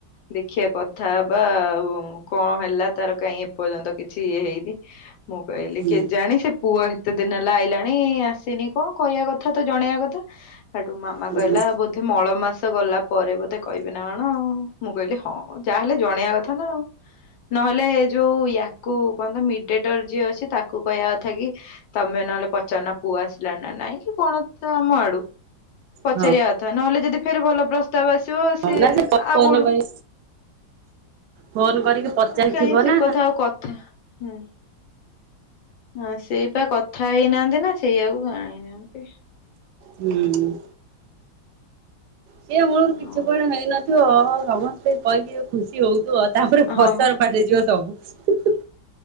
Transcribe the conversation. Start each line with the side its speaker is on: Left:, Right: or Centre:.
Left: ଦେଖିବା କଥା ହେବା ଆଉ କଣ ହେଲା ତାର କାହିଁ ଏପର୍ଯ୍ୟନ୍ତ କିଛି ଇଏ ହେଇନି। ମୁଁ କହିଲି
Right: ହୁଁ
Left: କେଜାଣି ସେ ପୁଅ ଏତେ ଦିନ ଲା ଆଇଲାଣି ଆସିନି କଣ କହିବା କଥା ତ ଜଣେଇବା କଥା ହେଇଠୁ ମାମା
Right: ହଁ
Left: କହିଲା ମଳ ମାସ ଗଲା ପରେ ବୋଧେ କହିବେ ନା କଣ ମୁଁ କହିଲି ହଁ। ଯାହାହେଲେ ଜଣେଇବା କଥା ନା ଆଉ ନହେଲେ ଏ ଯୋଉ ୟାକୁ କଅତ ମି ମିଡେଟର ଯିଏ ଅଛି ତାକୁ କହିବା କଥା କି ତମେ ନହେଲେ ପଚାରୁନ ପୁଅ ଆସିଲା ନା ନାଇଁ କି କଣ? ତ ଆମ ଆଡୁ ପଚାରିବା
Right: ହଁ
Left: କଥା ନହେଲେ ଯଦି ଫେର ଭଲ ପ୍ରସ୍ତାବ ଆସିବ
Right: ହଁ
Left: ସେ
Right: ନା ଫୋନ
Left: ଆଉ କୋଉଠୁ?
Right: କରି ଫୋନ କରିକି ପଚାରିଥିବ
Left: କାଇଁ ସେ
Right: ନା
Left: କଥା
Right: ହୁଁ।
Left: ଆଉ କଥା ହୁଁ। ହଁ ସେଇ ବା କଥା ହେଇନାହାନ୍ତି ନା ସେଇଆକୁ ଆଇ ନାହାନ୍ତି।
Right: ହୁଁ। କିଏ ମୂଳରୁ କିଛି
Left: ହଁ
Right: କୁଆଡ଼େ ହେଇ ନଥିବ ସମସ୍ତେ କହିକି ଖୁସି ହଉଥିବ ତାପରେ
Left: ହଁ
Right: ଫସାର
Left: ବା
Right: ଫଟିଯିବ ସବୁ।